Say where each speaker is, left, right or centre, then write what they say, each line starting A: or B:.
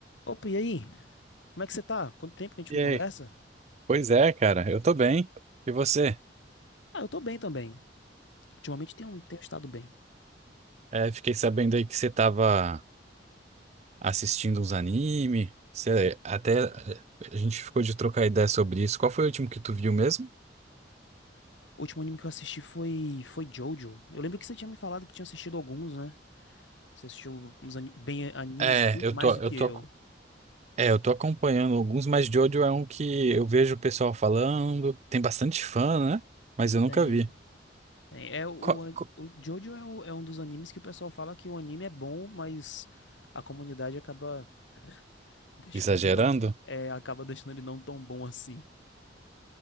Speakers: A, on the left; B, on the right.
A: Opa, e aí? Como é que você tá? Quanto tempo que a gente
B: E
A: não
B: aí?
A: conversa?
B: Pois é, cara, eu tô bem. E você?
A: Ah, eu tô bem também. Ultimamente tenho, tenho estado bem.
B: É, fiquei sabendo aí que você tava assistindo uns anime. Você até a gente ficou de trocar ideia sobre isso. Qual foi o último que tu viu mesmo?
A: O último anime que eu assisti foi, foi Jojo. Eu lembro que você tinha me falado que tinha assistido alguns, né? Você assistiu uns ani- bem animes
B: É,
A: muito
B: eu
A: mais
B: tô,
A: do
B: eu
A: que
B: tô,
A: eu.
B: é, eu tô acompanhando alguns, mas Jojo é um que eu vejo o pessoal falando. Tem bastante fã, né? Mas eu nunca
A: Tem.
B: vi.
A: Tem. É, o,
B: Co-
A: an-
B: co-
A: o Jojo é, o- é um dos animes que o pessoal fala que o anime é bom, mas a comunidade acaba deixando
B: Exagerando?
A: ele não. É, acaba deixando ele não tão bom assim.